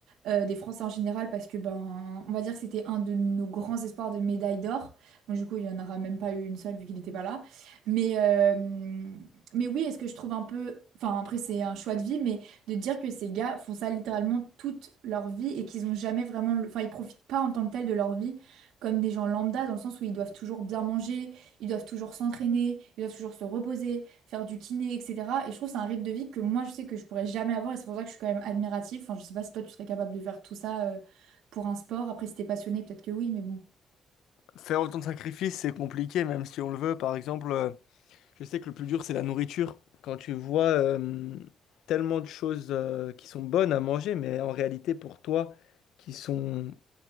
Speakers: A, on the right; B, on the left.
A: euh, des Français en général parce que ben on va dire que c'était un de nos grands espoirs de médaille d'or. Bon, du coup il y en aura même pas eu une seule vu qu'il n'était pas là. Mais, euh, mais oui, est-ce que je trouve un peu, enfin après c'est un choix de vie, mais de dire que ces gars font ça littéralement toute leur vie et qu'ils ont jamais vraiment, le- enfin ils profitent pas en tant que tel de leur vie comme des gens lambda dans le sens où ils doivent toujours bien manger, ils doivent toujours s'entraîner, ils doivent toujours se reposer, faire du kiné, etc. Et je trouve que c'est un rythme de vie que moi je sais que je pourrais jamais avoir et c'est pour ça que je suis quand même admirative. Enfin je sais pas si toi tu serais capable de faire tout ça euh, pour un sport. Après si t'es passionné peut-être que oui, mais bon.
B: Faire autant de sacrifices, c'est compliqué, même si on le veut. Par exemple, euh, Je sais que le plus dur, c'est la nourriture. Quand tu vois euh, tellement de choses euh, qui sont bonnes à manger, mais en réalité pour toi, qui sont,